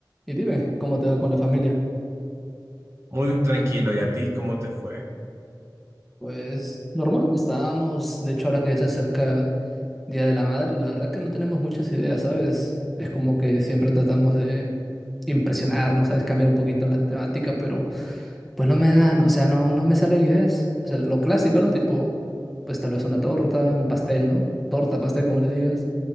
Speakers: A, in the centre; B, on the right (about 40°).
A: Y dime, ¿cómo te va con la familia?
B: Muy tranquilo, ¿y a ti cómo te fue?
A: Pues normal, estábamos, de hecho ahora que ya se acerca Día de la Madre, la verdad que no tenemos muchas ideas, ¿sabes? Es como que siempre tratamos de impresionarnos, ¿sabes? Cambiar un poquito la temática, pero pues no me dan, o sea, no, no me salen ideas. O sea, lo clásico, ¿no? Tipo, pues tal vez una torta, un pastel, ¿no? Torta, pastel, como le digas,